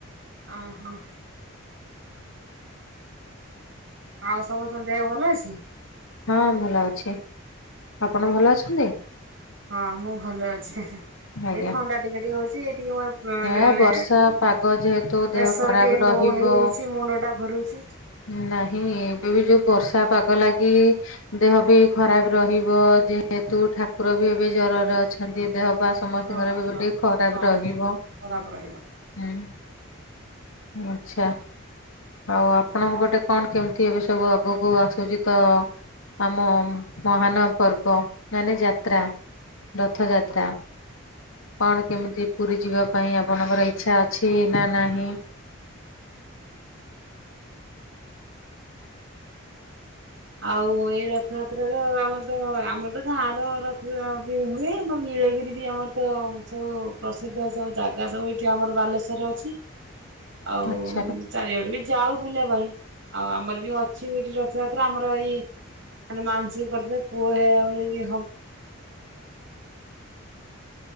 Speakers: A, on the right; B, on the left.
A: ଓ ହୋ। ଆଉ ସମସ୍ତଙ୍କ ଦେହ ଭଲ ଅଛି?
B: ହଁ ଭଲ ଅଛି। ଆପଣ ଭଲ ଅଛନ୍ତି?
A: ହଁ ମୁଁ ଭଲ ଅଛି ହେଁ ଏ,
B: ଆଜ୍ଞା
A: ଏଇ ଥଣ୍ଡା ଟିକେ ଟିକେ ହଉଚି ଏଇ ଟିକେ ମୋ <unintelligible>
B: ଏ
A: ମାନେ
B: ବର୍ଷା ପାଗ ଯେହେତୁ
A: ପ୍ରେସର
B: ଦେହ ଖରାପ
A: ଟିକେ
B: ରହିବ।
A: ଲୋ ହେଇଯାଇଚି ମୁଣ୍ଡ ଟା ଘୁରୁଚି।
B: ନାହିଁ ଏବେ ବି ଯୋଉ ବର୍ଷା ପାଗ ଲାଗି ଦେହ ବି ଖରାପ ରହିବ ଯେହେତୁ ଠାକୁର ବି ଏବେ ଜରରେ ଅଛନ୍ତି ଦେହ ବା ସମସ୍ତିଙ୍କର
A: ହଁ
B: ବି
A: ହଁ
B: ଗୋଟିଏ ଖରାପ
A: ହଁ।
B: ରହିବ।
A: ଖରାପ ରହିବ।
B: ହୁଁ ଆଚ୍ଛା। ଆଉ ଆପଣଙ୍କ ପଟେ କଣ କେମିତି ଏବେ ସବୁ ଆଗକୁ ଆସୁଛି ତ ଆମ ମହାନ ପର୍ବ ମାନେ ଯାତ୍ରା ରଥଯାତ୍ରା କଣ କେମିତି ପୁରୀ ଯିବା ପାଇଁ ଆପଣଙ୍କର ଇଚ୍ଛା ଅଛି ନା ନାହିଁ -
A: ଆଉ ଏଇ ରଥଯାତ୍ରାର ଆମର ତ ଆମର ତ ଗାଁର ରଥ ବି ହୁଏ, ଆମର ନୀଳଗିରି ବି ଆମର ତ ସବୁ ପ୍ରସିଦ୍ଧ ସବୁ ଜାଗା ସବୁ ଏଇଠି ଆମର ବାଲେଶ୍ଵରରେ ଅଛି - ଆଉ
B: ଆଚ୍ଛା
A: ଚାରିଆଡେ ବି ଯାଉ ବୁଲିବା ପାଇଁ ଆଉ ଆମର ବି ଅଛି ଏଠି ରଥଯାତ୍ ତ ଆମର ଏଇ ମାନେ ମାନସିକ <unintelligible> <unintelligible> <unintelligible> ଚଢିକି ଆଉ